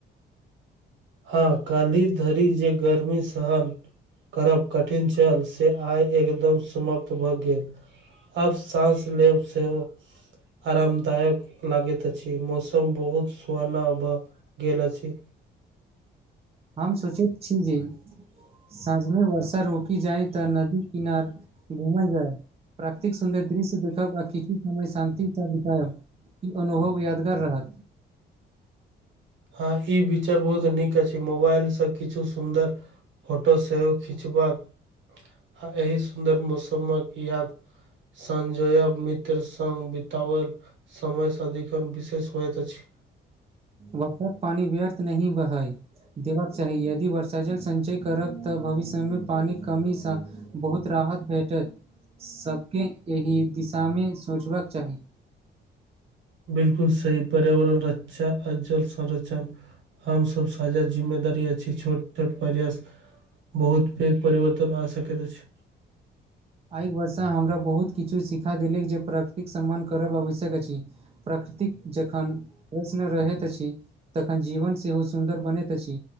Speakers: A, on the right; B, on the right.
A: हँ काली धरि जे गर्मी सहन। करब कठिन छल से आइ एकदम समप्त भऽ गेल आब साँस लेब सेहो अरामदायक लागैत अछि मौसम बहुत सुहाना बऽ गेल अछि
B: हम सोचैत छी जे साँझमे वर्षा रोकी जाए तऽ नदी किनार घुमै जाय प्राकतिक सुन्दर्य दृश्य देखब आखी समय शान्ति सा बिताएब ई अनुभव यादगार रहत
A: हॉं ई विचर बहुत नीक अछि मोबाइलसँ किछु सुन्दर फोटो सेहो खिचबाक आ एहि सुन्दर मौसम मे कि हएत संजय मित्र संग बितावल समय सादीखन विशेष होयत अछि।
B: वर्षक पानी व्यर्थ नही बहई देबाक चाही यदि वर्षा जल सञ्चय करब तऽ भविष्यमे पानिक कमीसँ बहुत राहत भेटत सबके एहि दिशा मे सोचबाक चाही
A: बिल्कुल सही पर्यावरण रक्षा आ जल संरक्षण हमसब साजा जिम्मेदारी अछि छोट छोट प्रयास बहुत पैघ परिवर्तन आ सकैत अछि
B: आइ वर्षा हमरा बहुत किछु सिखा देलक जे प्रकृतिक सम्मान करब आवश्यक अछि। प्रकृतिक जखन प्रश्न रहैत अछि तखन जीवन सेहो सुन्दर बनैत अछि